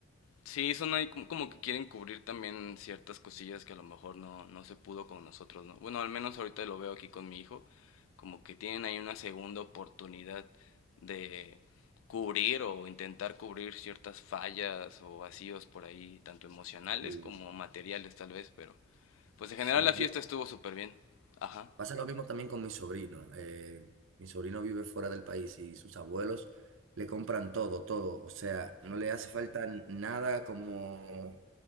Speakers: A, on the left; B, on the right.
A: Sí, son ahí como, como que quieren cubrir también ciertas cosillas que a lo mejor no, no se pudo con nosotros, ¿no? Bueno, al menos ahorita lo veo aquí con mi hijo, como que tienen ahí una segunda oportunidad de cubrir o intentar cubrir ciertas fallas o vacíos por ahí, tanto emocionales
B: Sí.
A: como materiales tal vez, pero pues en
B: Sí,
A: general la fiesta
B: Yo,
A: estuvo súper bien. Ajá.
B: pasa lo mismo también con mi sobrino. eh, mi sobrino vive fuera del país y sus abuelos le compran todo, todo. O sea, no le hace falta n- nada como